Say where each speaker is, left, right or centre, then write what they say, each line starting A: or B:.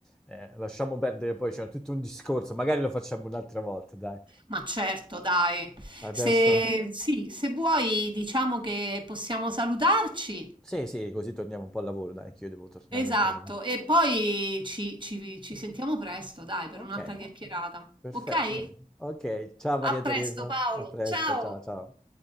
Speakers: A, in the centre; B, on the right (about 35°).
A: eh, lasciamo perdere poi, c'è tutto un discorso, magari lo facciamo un'altra volta, dai.
B: Ma certo, dai.
A: Adesso...
B: Se, sì, se vuoi, diciamo che possiamo salutarci.
A: Sì, sì, così torniamo un po' al lavoro, dai, che io devo tornare
B: Esatto,
A: un po' al lavoro.
B: e poi ci, ci ci sentiamo presto, dai, per
A: Ok,
B: un'altra chiacchierata.
A: perfetto.
B: Ok?
A: Ok, ciao Maria
B: A
A: Teresa,
B: presto, Paolo.
A: a presto,
B: Ciao.
A: ciao ciao.